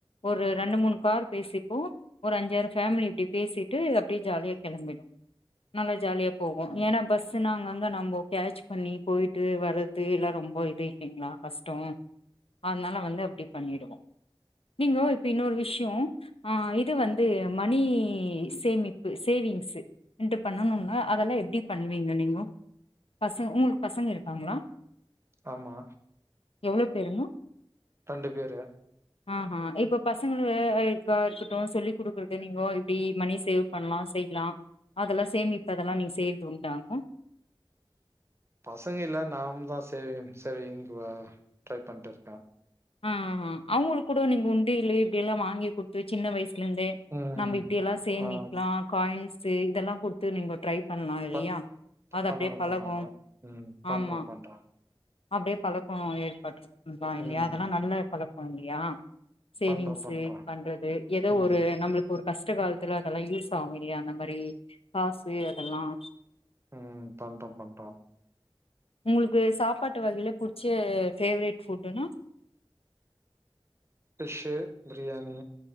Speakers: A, on the left; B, on the right.
A: ஒரு ரெண்டு மூணு கார் பேசிப்போ ஒரு அஞ்சி ஆறு ஃபேமிலி இப்டி பேசிட்டு அப்டே ஜாலியா கெலம்பிடு நல்லா ஜாலிய போகு
B: ம்
A: நீ ஏனா செ நாங்அங்க நம்போ கேட்ச் பண்ணி போய்ட்டு வறத்து எல்லா ரொம்பொ இதே இல்லிங்ளா கஸ்டோ அத்னால வந்து அப்டி பண்ணிடுவோ நீங்ஹோ இப்ப இன்னொரு விஷ்யோ அ இது வந்து மணி சேமிப்பு சேவிங்ஸு இன்டு பண்ணனுன்னா அதல்லா எப்டி பண்வீங்க நீங்கோ பசங் உங்ளுக்கு பசங்க இருக்காங்ளா
B: ஆமா
A: எவ்ளோ பேருங்கோ
B: தண்டு பேரு
A: ஆஹ இப்போ பசங்களு இருக்கா இருக்கட்டு சொல்லி குடுக்குறது நீங்கோ இப்டி மணி சேவ் பண்லா செய்லா அதெல்லா சேமிப்பு அதெல்லா நீங்க செய் துண்டாங்க
B: பசங்க இல்ல நாம்தா சேவி சேவிங்க ட்ரை பண்ட்டு இருக்கே
A: ஆ அவுங்களுக்கு கூட நீங்க உண்ட இல்லயே இத எல்லாம் வாங்கி குடுத்து சின்ன வயசு இருந்தே
B: ம்
A: நம்ம இப்பிடி எல்லாம் சேமிக்கலாம்
B: ஆ
A: காயின்ஸ் நட்ஸே இதெல்லா குடுத்து நீங்க ட்ரை பண்ணலாம் இல்லயா
B: ப
A: அது
B: பண்ணணும்
A: அப்பிடியே பழகும்
B: பண்ணணும் ம் பண்றோம்
A: ஆமா
B: பண்றோம்
A: அப்பிடியே பழக்கம் ஏற்பட் நா இல்லையா
B: ம்
A: குழப்போம் இல்லையா சேரிங்க
B: பண்றோம்
A: சார்
B: பண்றோம்
A: பண்றது ஏதோ
B: ம்
A: ஒரு நம்மளுக்கு ஒரு கஷ்ட கஷ்ட காலத்துல அதெல்லாம் யூஸ் ஆகும் இல்லையா அந்த மாரி காசு அதெல்லாம்
B: ம் பண்றோம் பண்றோம்
A: உங்களுக்கு சாப்பாட்டு வகையில புடிச்ச ஃபேவரட் ஃபட்டுனா
B: டிஷ்ஷு பிரியாணி